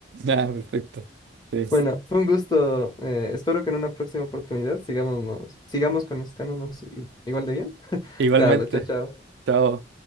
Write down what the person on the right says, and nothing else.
Ah, perfecto. Sí.
Igualmente.
Chao.